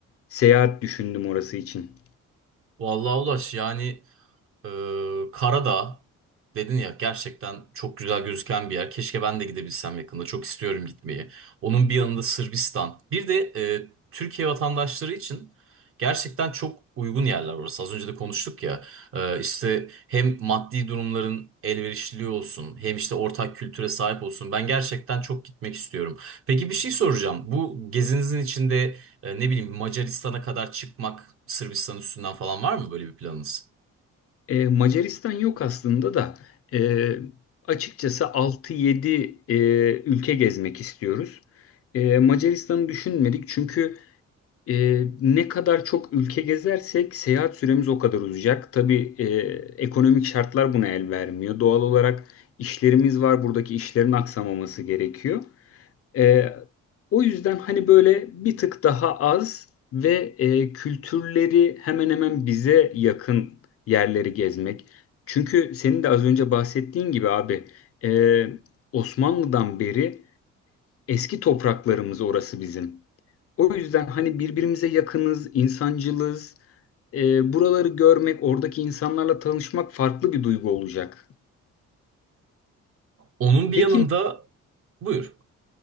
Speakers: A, on the left (about 50°); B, on the right (about 45°).
A: seyahat düşündüm orası için.
B: Vallahi Ulaş yani Ee, Karadağ dedin ya gerçekten çok güzel gözüken bir yer. Keşke ben de gidebilsem yakında. Çok istiyorum gitmeyi. Onun bir yanında Sırbistan. Bir de e, Türkiye vatandaşları için gerçekten çok uygun yerler orası. Az önce de konuştuk ya. Ee, işte hem maddi durumların elverişliliği olsun, hem işte ortak kültüre sahip olsun. Ben gerçekten çok gitmek istiyorum. Peki bir şey soracağım. Bu gezinizin içinde e, ne bileyim Macaristan'a kadar çıkmak, Sırbistan üstünden falan var mı böyle bir planınız?
A: E, Macaristan yok aslında da e, açıkçası altı yedi e, ülke gezmek istiyoruz. E, Macaristan'ı düşünmedik çünkü Ee, ne kadar çok ülke gezersek seyahat süremiz o kadar uzayacak. Tabii e, ekonomik şartlar buna el vermiyor. Doğal olarak işlerimiz var. Buradaki işlerin aksamaması gerekiyor. Ee, o yüzden hani böyle bir tık daha az ve e, kültürleri hemen hemen bize yakın yerleri gezmek. Çünkü senin de az önce bahsettiğin gibi abi e, Osmanlı'dan beri eski topraklarımız orası bizim. O yüzden hani birbirimize yakınız, insancılız. E, buraları görmek, oradaki insanlarla tanışmak farklı bir duygu olacak.
B: Onun bir
A: Peki
B: yanında buyur.